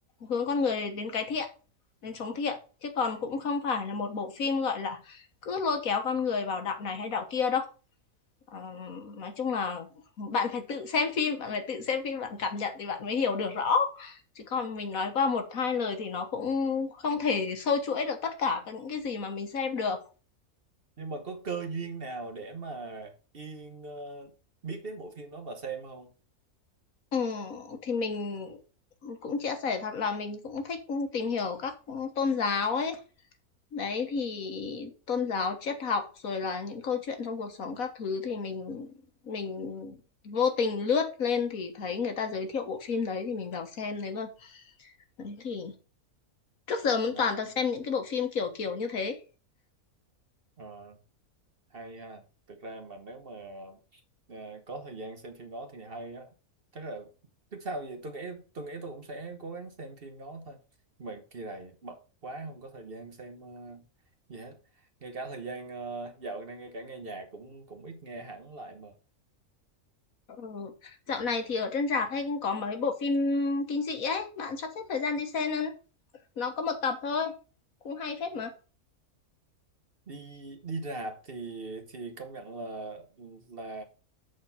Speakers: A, on the left; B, on the right.
A: hướng con người đến cái thiện đến sống thiện chứ còn cũng không phải là một bộ phim gọi là cứ lôi kéo con người vào đạo này hay đạo kia đâu Ờ, nói chung là bạn phải tự xem phim bạn phải tự xem phim bạn cảm nhận thì bạn mới hiểu được rõ chứ còn mình nói qua một hai lời thì nó cũng không thể sâu chuỗi được tất cả các những cái gì mà mình xem được
B: nhưng mà có cơ duyên nào để mà Yên ờ, biết đến bộ phim đó và xem không
A: ừ, thì mình cũng chia sẻ thật là mình cũng thích tìm hiểu các tôn giáo ấy đấy thì tôn giáo triết học rồi là những câu chuyện trong cuộc sống các thứ thì mình mình vô tình lướt lên thì thấy người ta giới thiệu bộ phim đấy thì mình vào xem đấy luôn đấy thì trước giờ mình
B: Ờ.
A: toàn toàn xem những cái bộ phim kiểu kiểu như thế
B: Ờ. hay ha thực ra mà nếu mà ờ, có thời gian xem phim đó thì hay á chắc là trước sau gì tôi nghĩ tôi nghĩ tôi cũng sẽ cố gắng xem phim đó thôi mà kỳ này bận quá không có thời gian xem ờ, gì hết ngay cả thời gian ờ, dạo này ngay cả nghe nhạc cũng cũng ít nghe hẳn lại mà
A: ừ. dạo này thì ở trên rạp hay cũng có mấy bộ phim kinh dị ấy bạn sắp xếp thời gian đi xem nên nó có một tập thôi cũng hay phết mà
B: đi đi rạp thì thì công nhận là là